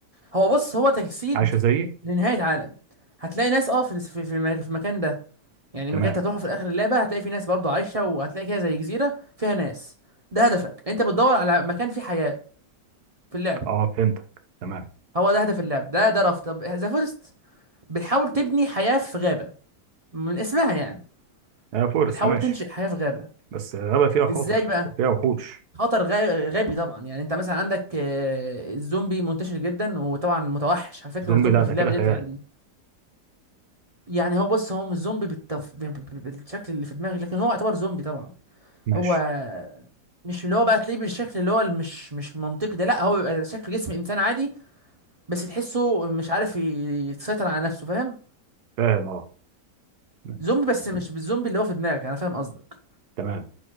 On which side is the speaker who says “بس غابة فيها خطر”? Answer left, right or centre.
Right